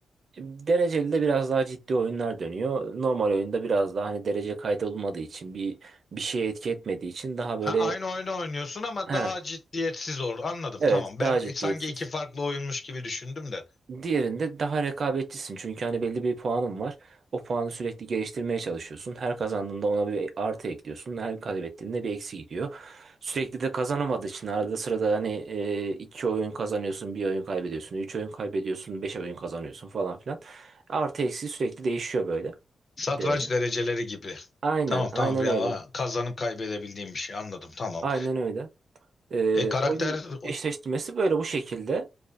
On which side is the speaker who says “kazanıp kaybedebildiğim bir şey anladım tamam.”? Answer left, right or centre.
Left